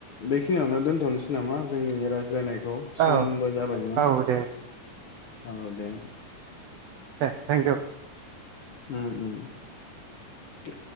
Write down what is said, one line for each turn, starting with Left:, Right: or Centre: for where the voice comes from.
Left: बेखिनियावनो दोन्थ'नोसै नामा जोंनि रायज्लायनाय खौ समबो
Right: औ
Left: जाबायमोन
Right: औ दे
Left: औ दे
Right: दे थेंकिउ
Left: उम उम दे